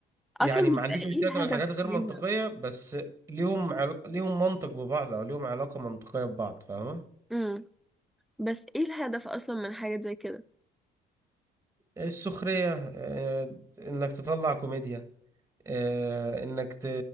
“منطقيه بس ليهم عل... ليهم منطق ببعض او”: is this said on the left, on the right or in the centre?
Right